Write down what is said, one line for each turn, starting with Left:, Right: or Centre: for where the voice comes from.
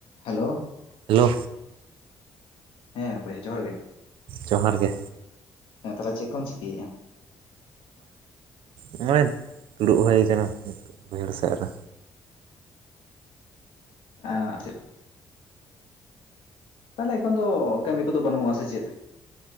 Left: ᱦᱮᱞᱳ
Right: ᱦᱮᱞᱳ
Left: ᱦᱮᱸ ᱵᱚᱭᱦᱟ ᱡᱚᱦᱟᱨ ᱜᱮ
Right: ᱡᱚᱦᱟᱨ ᱜᱮ
Left: ᱦᱮᱸ ᱛᱟᱦᱚᱞᱮ ᱪᱮᱫ ᱠᱚᱢ ᱪᱤᱠᱟᱹᱭᱤᱜ ᱟ
Right: ᱱᱚᱜ ᱚᱭ ᱫᱩᱲᱩᱵ ᱦᱩᱭ ᱠᱟᱱᱟ ᱵᱟᱹᱭᱦᱟᱹᱲ ᱥᱮᱫ ᱨᱮ
Left: <unintelligible> ᱛᱟᱦᱚᱞᱮ ᱮᱠᱷᱚᱱ ᱫᱚ ᱠᱟᱹᱢᱤ ᱠᱚᱫᱚ ᱵᱟᱹᱱᱩᱜᱼᱟ ᱥᱮ ᱪᱮᱫ